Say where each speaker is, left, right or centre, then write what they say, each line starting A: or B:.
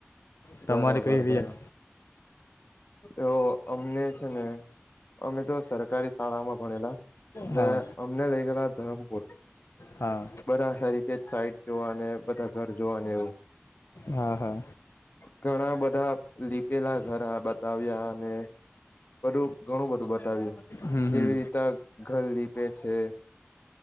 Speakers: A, on the left; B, on the left.
A: તમારે
B: બરાબર,
A: કઈ
B: બરાબર
A: યાદ
B: તો અમને છે ને. અમે તો સરકારી શાળામાં ભણેલા એટલે
A: હા
B: અમને લઇ ગયેલા ધરમપુર
A: હા.
B: બધાં હેરિટેજ સાઈટ જોવા ને બધાં ઘર જોવાને એવું.
A: હા હા
B: ઘણાં બધાં લીપેલા ઘરા બતાવ્યા અને બધું ઘણું બધું બતાવ્યું
A: હમ
B: કેવી
A: હમ
B: રીતે ઘર લીપે છે.